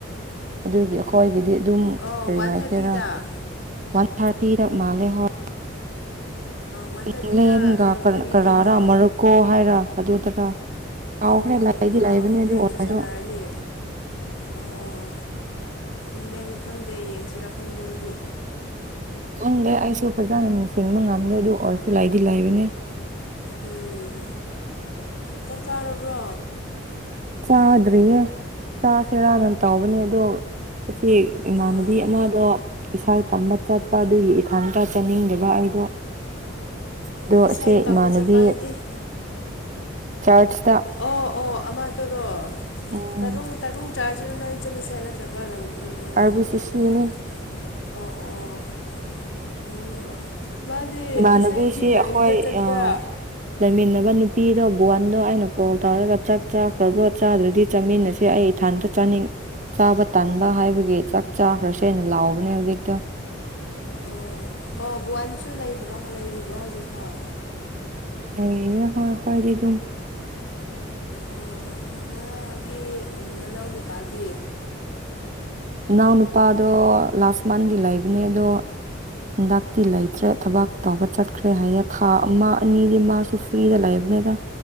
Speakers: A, on the right (about 40°); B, on the left (about 65°).
A: ꯑꯗꯨꯒꯤ ꯑꯩꯈꯣꯏꯒꯤꯗꯤ ꯑꯗꯨꯝ
B: ꯑꯣ
A: ꯀꯔꯤꯍꯥꯏꯁꯦꯔꯥ
B: ꯋꯥꯟ ꯊꯥꯔꯇꯤꯗ
A: ꯋꯥꯟ ꯊꯥꯔꯇꯤꯗ ꯃꯥꯜꯂꯦ ꯍꯣꯏ
B: ꯋꯥꯟ ꯊꯥꯔꯇꯤꯗ
A: ꯏꯪꯂꯦꯟꯒ
B: ꯀꯔꯤ
A: ꯀꯔꯥꯔꯥ
B: ꯇꯤꯝꯅꯣ
A: ꯃꯔꯣꯀꯣ ꯍꯥꯏꯔ ꯑꯗꯨꯗꯔ ꯀꯥꯎꯈ꯭ꯔꯦ
B: ꯑꯣ
A: ꯂꯥꯏꯗꯤ
B: ꯋꯥꯎ
A: ꯂꯥꯏꯕꯅꯦ
B: ꯏꯪꯂꯦꯟꯁꯨ
A: ꯑꯗꯨ ꯑꯣꯏꯔꯁꯨ
B: ꯁꯥꯟꯅꯔꯅꯤ ꯑꯣ ꯏꯪꯂꯦꯟ ꯈꯪꯗꯦ ꯌꯦꯡꯁꯤꯔꯥ ꯈꯪꯗꯦ ꯑꯩꯗꯤ
A: ꯈꯪꯗꯦ ꯑꯩꯁꯨ ꯐꯖꯅ ꯅꯤꯡꯁꯤꯡꯕ ꯉꯝꯗꯦ ꯑꯗꯨ ꯑꯣꯏꯔꯁꯨ ꯂꯩꯏꯗꯤ ꯂꯩꯏꯕꯅꯦ
B: ꯎꯝ ꯆꯥꯛ ꯆꯥꯔꯕ꯭ꯔꯣ
A: ꯆꯥꯗ꯭ꯔꯤꯌꯦ ꯆꯥꯁꯦꯔꯅ ꯇꯥꯎꯕꯅꯦ ꯑꯗꯣ ꯉꯁꯤ ꯏꯃꯥꯟꯅꯕꯤ
B: ꯑꯥ
A: ꯑꯃꯗꯣ ꯏꯁꯩ ꯇꯝꯕ ꯆꯠꯄ ꯑꯗꯨꯒꯤ ꯏꯊꯟꯇ ꯆꯥꯅꯤꯡꯗꯕ ꯑꯩꯗꯣ ꯑꯗꯣ
B: ꯏꯁꯩ
A: ꯑꯁꯦ
B: ꯇꯝꯕ
A: ꯏꯃꯥꯟꯅꯕꯤ
B: ꯆꯠꯄ ꯍꯥꯏꯗꯤ
A: ꯆꯔꯁꯇꯥ
B: ꯑꯣ ꯑꯣ ꯑꯃꯗꯣꯔꯣ
A: ꯎꯝ
B: ꯇꯔꯨꯡ ꯇꯔꯨꯡ ꯆꯥꯔꯁꯤꯗ ꯅꯣꯏꯅ ꯆꯠꯂꯤꯁꯦ ꯅꯠꯇ꯭ꯔꯒ ꯅꯪ <unintelligible>
A: ꯑꯥꯔ ꯕꯤ ꯁꯤ
B: ꯀꯩ
A: ꯁꯤꯅꯦ
B: ꯍꯥꯏꯇꯔꯦ ꯑꯣ ꯑꯣ <unintelligible> ꯃꯥꯗꯤ
A: ꯏꯃꯥꯟꯅꯕꯤꯁꯤ
B: ꯏꯁꯩꯒꯤ ꯂꯥꯏꯟꯗ
A: ꯑꯩꯈꯣꯏ
B: ꯆꯠꯄ꯭ꯔꯥ
A: ꯑ ꯂꯩꯃꯤꯟꯅꯕ ꯅꯨꯄꯤꯗꯣ ꯕꯨꯋꯥꯟꯗꯣ ꯑꯩꯅ ꯀꯣꯜ ꯇꯧꯔꯒ ꯆꯥꯛ ꯆꯥꯈ꯭ꯔꯕ꯭ꯔꯣ ꯆꯥꯗ꯭ꯔꯗꯤ ꯆꯥꯃꯤꯟꯅꯁꯦ ꯑꯩ ꯏꯊꯟꯇ ꯆꯥꯅꯤꯡ ꯆꯥꯕ ꯇꯥꯟꯕ ꯍꯥꯏꯕꯒꯤ ꯆꯥꯛ ꯆꯥꯈ꯭ꯔꯁꯦ ꯍꯥꯏꯅ ꯂꯥꯎꯕꯅꯦ ꯍꯧꯖꯤꯛꯇꯣ
B: ꯑꯣ ꯑꯣ ꯕꯨꯋꯥꯟꯁꯨ ꯂꯩꯕ꯭ꯔꯣ ꯂꯩꯔꯤꯕ꯭ꯔꯣ ꯍꯧꯖꯤꯛꯐꯥꯎ
A: ꯂꯩꯔꯤꯌꯦ ꯑꯈꯣꯏ ꯈꯣꯏꯗꯤꯗꯨꯝ
B: ꯎꯝ ꯃꯥꯒꯤ ꯎꯝ ꯃꯅꯥꯎ ꯅꯨꯄꯥꯗꯤ
A: ꯃꯅꯥꯎ ꯅꯨꯄꯥꯗꯣ ꯂꯥꯁ ꯃꯟꯒꯤ ꯂꯩꯕꯅꯦ ꯑꯗꯣ ꯍꯟꯗꯛꯇꯤ ꯂꯩꯇ꯭ꯔꯦ ꯊꯕꯛ ꯇꯧꯕ ꯆꯠꯈ꯭ꯔꯦ ꯍꯥꯏꯌꯦ ꯊꯥ ꯑꯃ ꯑꯅꯤꯗꯤ ꯃꯥꯁꯨ ꯐ꯭ꯔꯤꯗ ꯂꯥꯏꯕꯅꯦꯗ